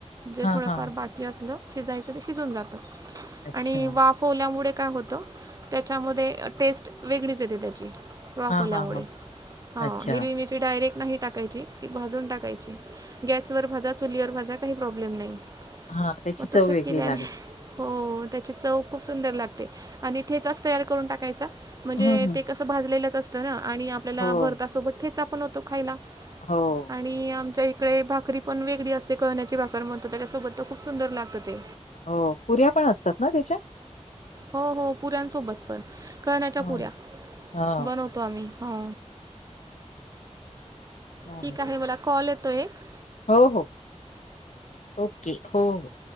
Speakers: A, on the right (about 30°); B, on the left (about 80°).
A: जे
B: हां,
A: थोडंफार
B: हां.
A: बाकी असलं शिजायचं ते शिजून जात
B: अच्छा.
A: आणि वाफवल्यामुळे.... काय होतं त्याच्यामध्ये टेस्ट वेगळीच येते त्याची... वाखोल्यामुळे
B: हां, हां, हां.
A: हा
B: अच्छा.
A: हिरणीचे डायरेक्ट.... नाही टाकायची की भाजून टाकायची गॅसवर भाजा चुलीवर भाजा काही प्रॉब्लेम नाही...
B: हां, त्याची
A: मग
B: चव
A: तस
B: वेगळी
A: केल्याने
B: लागत.
A: हो त्याची चव... खूप सुंदर लागते आणि ठेचाच तयार करून टाकायचा म्हणजे
B: हं, हं.
A: ते कसं भाजलेलंच असतं ना... आणि आपल्याला
B: हो,
A: भरतासोबत ठेचा पण होतो खायला
B: हो,
A: आणि आमच्या... तडे भाकरी पण वेगळी असते कळण्याची भाकर म्हणतो त्याच्यासोबत तर खूप सुंदर लागतं ते
B: हो पुऱ्या पण असतात ना त्याच्या
A: हो हो पुऱ्यांसोबत पण कण्याच्या
B: हो.
A: पुऱ्या
B: हां.
A: बनवतो आम्ही हो
B: छान
A: ठीक आहे
B: ते.
A: मला कॉल येतो एक
B: हो हो ओके हो हो